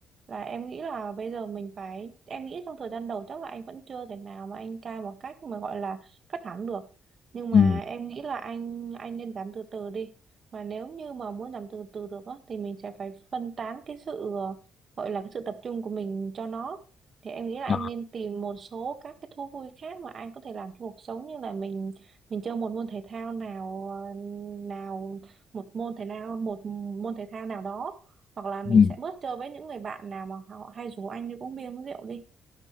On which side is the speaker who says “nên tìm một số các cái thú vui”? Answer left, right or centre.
Right